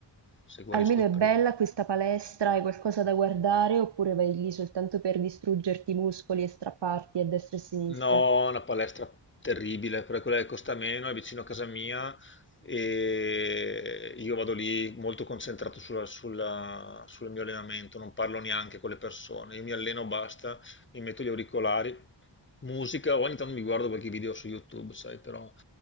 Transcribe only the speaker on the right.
almeno è
bella questa palestra, hai qualcosa da guardare oppure vai lì soltanto per distruggerti i muscoli e strapparti a destra e a sinistra?